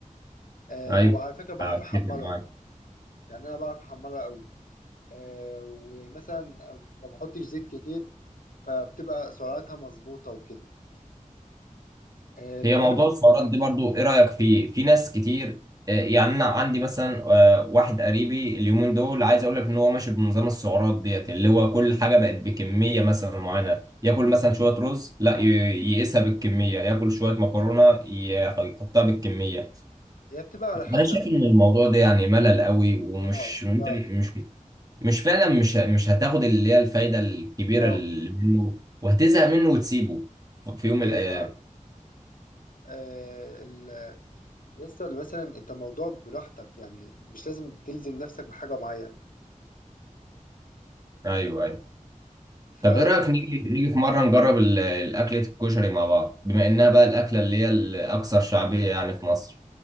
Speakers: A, on the left; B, on the right.
A: أه
B: ايوه
A: وعلى فكره بعرف
B: اتفق
A: احمرها
B: معاك
A: يعني انا بعرف احمرها قوي أه ومثلا ما بحطش زيت كتير فبتبقى سعراتها مظبوطه وكده آه، المهم
B: هي موضوع السعرات دي برضو ايه رايك فيه في ناس كتير آه، يعني انا عندي مثلا آه، واحد قريبي اليومين دول عايز اقول لك ان هو ماشي بنظام السعرات ديت اللي هو كل حاجه بقت بكميه مثلا معينه ياكل مثلا شويه رز لا ي- يقيسها بالكميه ياكل شويه مكرونه يح- يحطها بالكميه
A: هي بتبقى على حسب
B: انا شايف
A: برضه.
B: ان الموضوع ده يعني ملل قوي ومش
A: اه
B: انت
A: فعلا
B: مش مش فعلا مش مش هتاخد اللي هي الفايده الكبيره
A: اه
B: اللي منه وهتزهق منه وتسيبه ف- في يوم من
A: ايوه
B: الايام
A: فعلا آه ال... يسطا مثلا انت موضوع براحتك يعني مش لازم تلزم نفسك بحاجة معينة
B: ايوه ايوه
A: ف
B: طب ايه رايك نيجي نيجي في مره نجرب ال- الاكله الكشري مع بعض بما انها بقى الاكله اللي هي الاكثر شعبيه يعني في مصر